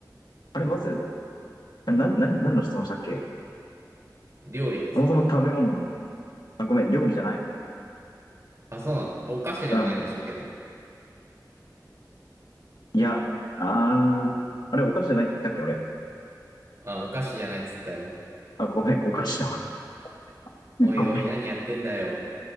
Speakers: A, on the left; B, on the right.
A: あれ、まず、あれ、な、何、何の質問したっけ
B: 料理ですか
A: そもそも食べ物の、あ、ごめん、料理じゃない。
B: あ、そうなの。お菓子でもないんでしょうけど。
A: うん。いや、あー、あれ、お菓子じゃないって言ったっけ、俺。
B: あ、お菓子じゃないっつったよ。
A: あ、ごめん、お菓子だ。<laughs>
B: おいおい、
A: ごめん、
B: 何やってんだよ。